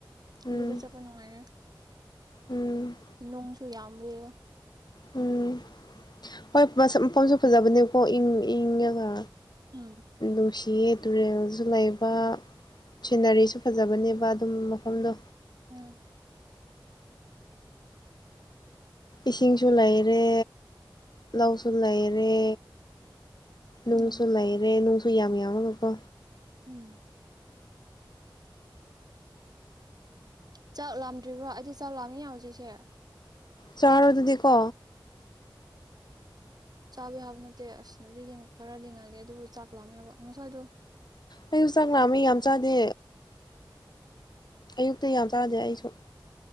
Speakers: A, on the left; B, on the right.
A: ꯎꯝ
B: ꯑꯗꯨꯗ ꯆꯠꯄ ꯅꯨꯡꯉꯥꯏꯔꯦ
A: ꯎꯝ
B: ꯅꯨꯡꯁꯨ ꯌꯥꯝꯏ
A: ꯎꯝ ꯍꯣꯏ ꯃꯐꯝꯁꯨ ꯐꯖꯕꯅꯦꯕꯀꯣ ꯏꯪ ꯏꯪꯉꯒ
B: ꯎꯝ
A: ꯣ ꯆꯤꯌꯦ ꯇꯨꯔꯦꯜꯁꯨ ꯂꯩꯕ ꯁꯤꯅꯔꯤꯁꯨ ꯐꯖꯕꯅꯦꯕ ꯑꯗꯨꯝ ꯃꯐꯝꯗꯣ
B: ꯎꯝ
A: ꯏꯁꯤꯡꯁꯨ ꯂꯩꯔꯦ ꯂꯧꯁꯨ ꯂꯩꯔꯦ ꯅꯨꯡꯪꯁꯨ
B: ꯎꯝ
A: ꯂꯩꯔꯦ ꯅꯨꯡꯁꯨ ꯁꯨ ꯌꯥꯝ ꯌꯥꯎꯒꯀꯣ
B: ꯎꯝ ꯆꯥꯛ ꯂꯥꯝꯗ꯭ꯔꯤꯕ꯭ꯔꯣ ꯑꯩꯗꯤ ꯆꯥꯛ ꯂꯥꯝꯃꯤ ꯌꯥ ꯍꯧꯖꯤꯛꯁꯦ
A: ꯆꯥꯎꯥꯔꯣ ꯑꯗꯨꯗꯤꯀꯣ
B: ꯆꯥꯕ ꯌꯥꯕ ꯅꯠꯇꯦ ꯑꯁꯗꯤꯗꯤ ꯈꯔꯗꯤꯡ ꯉꯜꯂꯤ ꯑꯗꯨꯕꯨ ꯆꯥꯛꯑꯃꯦ ꯌꯥꯕ ꯉꯁꯋꯥꯏꯗꯣ
A: ꯑꯩꯁꯨ ꯆꯥꯡ ꯂꯥꯛꯑꯝꯃꯤ ꯌꯥꯝ ꯆꯥꯗꯦ ꯑꯌꯨꯛꯇ ꯌꯥꯝ ꯆꯥꯗꯩ ꯑꯩꯁꯨ